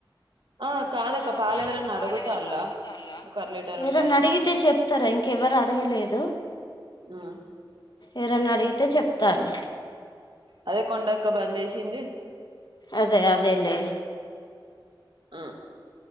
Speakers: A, on the right (about 65°); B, on the left (about 55°).
A: ఆ కాదక్క
B: ఆ
A: పాలు
B: కాదక్క
A: ఎవరన్నా
B: పాల్
A: అడుగుతాల్ల
B: ఎవరన్న అడుగుతాల్ల
A: ఒక అర లీటర్
B: ఎరన్నా
A: ఉంటాని
B: అడిగితే చెప్తరా ఇంకెవరు అడగలేదు
A: ఉమ్
B: ఎవరైన అడిగితే చెప్తా లే
A: అదే కొండక్క బంద్ చేసింది
B: అదే అదేలే
A: ఆ